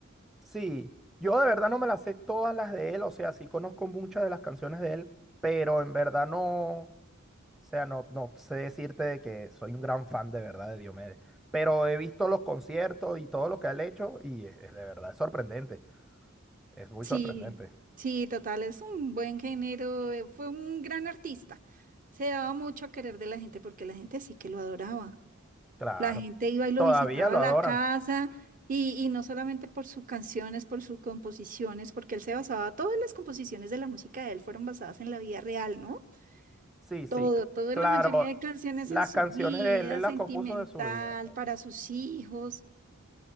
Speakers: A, in the centre; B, on the right (about 40°).
A: Sí, yo de verdad no me las sé todas las de él, o sea, sí conozco muchas de las canciones de él, pero en verdad no, o sea, no, no sé decirte de que soy un gran fan de verdad de Diomedes. Pero he visto los conciertos y todo lo que él ha hecho y eh, de verdad es sorprendente, es muy
B: Sí,
A: sorprendente.
B: sí, total, es un buen género. eh, Fue un gran artista. Se daba mucho a querer de la gente porque la gente sí que lo adoraba.
A: Claro,
B: La gente iba y lo
A: todavía
B: visitaba
A: lo
B: a la
A: adoran.
B: casa y, y no solamente por sus canciones, por sus composiciones, porque él se basaba, todas las composiciones de la música de él fueron basadas en la vida real, ¿no?
A: Sí, sí,
B: Todo,
A: c-
B: toda
A: claro,
B: la mayoría de canciones
A: las
B: en su
A: canciones
B: vida,
A: de él, él las
B: sentimental,
A: compuso de su vida.
B: para sus hijos.